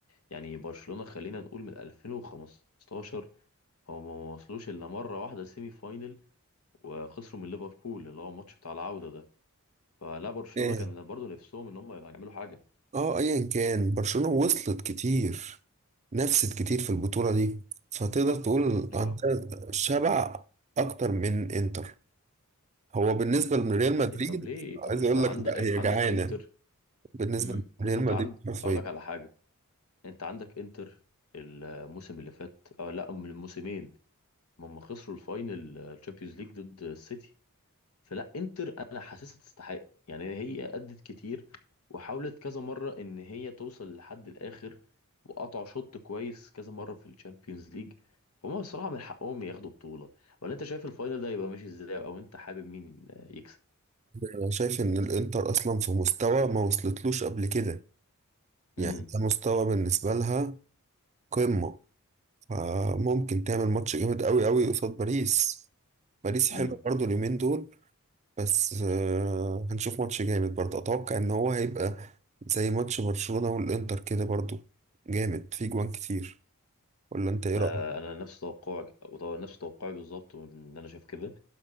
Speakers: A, on the left; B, on the right.
A: يعني برشلونة خلينا نقول من 2015 هو ما وصلوش الا مرة واحدة سيمي فاينل وخسروا من ليفربول اللي هو الماتش بتاع العودة ده فلا برشلونة
B: بيه
A: كان برضه نفسهم ان هم يعملوا حاجة
B: اه ايا كان برشلونة وصلت كتير نفست كتير في البطولة دي فتقدر تقول
A: اه
B: عندها شبع اكتر من انتر هو بالنسبة لريال
A: لا
B: مدريد
A: طب ليه طب
B: عايز
A: ما
B: اقول
A: انت عندك
B: لك لا هي
A: عندك
B: جعانة
A: انتر
B: بالنسبة
A: امم بس
B: لريال
A: انت
B: مدريد
A: عند
B: حرفيا
A: اقول لك على حاجة انت عندك انتر الموسم اللي فات اه لا من الموسمين هم خسروا الفاينل تشامبيونز ليج ضد السيتي فلا انتر انا حاسسها تستحق يعني هي ادت كتير وحاولت كذا مره ان هي توصل لحد الاخر وقطعوا شوط كويس كذا مره في الشامبيونز ليج فهم بصراحه من حقهم ياخدوا بطوله ولا انت شايف الفاينل ده يبقى ماشي ازاي او انت حابب مين يكسب
B: انا شايف ان الانتر اصلا في مستوى ما وصلتلوش قبل كده يعني
A: امم
B: ده مستوى بالنسبة لها قمة فممكن تعمل ماتش جامد قوي قوي قصاد باريس باريس
A: امم
B: حلو برضو اليومين دول بس آه، هنشوف ماتش جامد برضه اتوقع ان هو هيبقى زي ماتش برشلونة والانتر كده برضه جامد فيه جوان كتير ولا انت ايه
A: ما
B: رأيك؟
A: انا نفس توقعك نفس توقعي بالظبط ان انا شايف كده